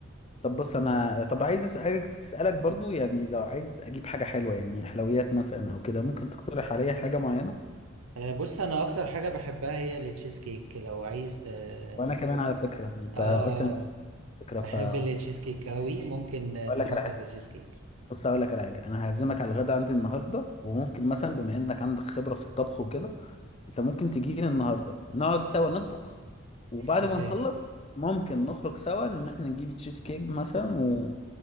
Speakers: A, on the left; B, on the right.
A: طب بص انا طب عايز أس- عايز اسالك برضو يعني لو عايز اجيب حاجه حلوه يعني حلويات مثلا او كده ممكن تقترح عليا حاجه معينه
B: آه، بص انا اكتر حاجه بحبها هي التشيز كيك لو عايز آه،
A: وانا كمان على فكره انت
B: اه
A: قلت لي فكره فاقول
B: بحب التشيز كيك قوي ممكن آه، تفكر
A: لك على حاجه
B: في التشيز كيك
A: بس اقول لك على حاجه انا هعزمك على الغدا عندي النهارده وممكن مثلا بما انك عندك خبره في الطبخ وكده انت ممكن تجيلي النهارده نقعد سوا نطبخ وبعد
B: اوكي
A: ما نخلص ممكن نخرج سوا ان احنا نجيب تشيز كيك مثلا و...